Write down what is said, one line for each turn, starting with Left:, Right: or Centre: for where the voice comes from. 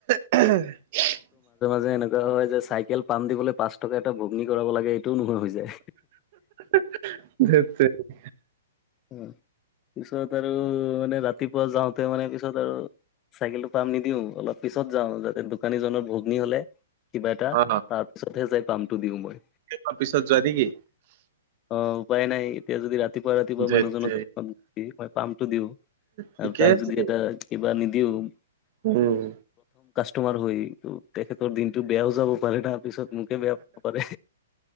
Right: উ'।
Left: যে এনেকুৱা হয় যে চাইকেল পাম দিবলৈ পাঁচ টকা এটা ভগ্নি কৰাব লাগে এইটোও নহয় হৈ যায়।
Right: <unintelligible> ধেত তেৰি।
Left: উম'। পিছত আৰু মানে ৰাতিপুৱা যাওঁতে মানে পিছত আৰু চাইকেলটো পাম নিদিও। অলপ পিছত যাওঁ যাতে দোকানীজনৰ ভগ্নী হলে। কিবা এটা
Right: অ
Left: তাৰ পিছতহে যাই পামটো দিওঁ মই,
Right: তোমাৰ পিছত যোৱা নেকি?
Left: অ'। উপাই নাই এতিয়া যদি ৰাতি
Right: ধেৎ
Left: মানুহজনক
Right: তেৰি
Left: মই পামটো দিও,
Right: ঠিকে
Left: তাত
Right: আছে
Left: যদি এটা কিবা <unintelligible>
Right: উম'।
Left: তোমাৰ হয়। তেখেতৰ দিনটো বেয়াও যাব পালে তাৰ পিছত মোকে বেয়া পাব পাৰে।